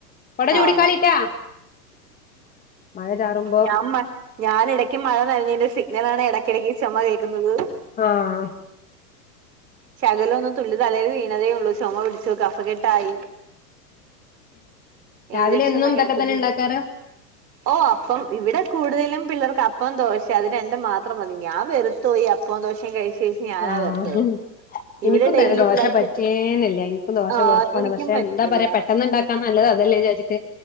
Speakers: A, on the left; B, on the right.
A: കൊട ചൂടിക്കാളിട്ടാ
B: ആഹ്
A: മഴ ചാറുമ്പോ
B: ഞാൻ മ ഞാനിടയ്ക്ക് മഴ നനഞ്ഞേന്റെ സിഗ്നലാണ് എടെയ്ക്കെടയ്ക്കീ ചൊമ കേക്ക്ന്നത്
A: ആഹ്
B: ശകലം ഒന്ന് തുള്ളി തലേല് വീണതേ ഒള്ളൂ ചാെമ പിടിച്ചു കഫകെട്ടായി
A: രാവിലെ
B: ഇഞ്ചക്ഷൻ
A: എന്നും
B: <unintelligible>
A: ഇതൊക്കെ തന്നെ ഉണ്ടാക്കാറ്
B: ഓഹ് അപ്പം ഇവിടെ കൂട്തെലും പിള്ളേർക്ക് അപ്പോം ദോശേ അത് രണ്ടും മാത്രം മതി ഞാൻ വെറ്ത്തോയി അപ്പോം ദോശേം കഴിച്ച് കഴിച്ച് ഞാനാ
A: ആഹ്
B: വെറുത്തത് ഇവിടെ
A: എനിക്കും
B: ഡെയിലി
A: രന്നെ ദോശ
B: പിള്ളേർക്ക്
A: പറ്റേയില്ല ഇൻ ക്കും ദോശ
B: ആ
A: വെർപ്പാണ്
B: എനിക്കും
A: പക്ഷെ
B: പറ്റുന്നില്ല
A: ന്താ പറ്യാ പെട്ടന്ന്ണ്ടാക്കാം നല്ലതതെല്ലേചാര്ച്ച്ട്ട്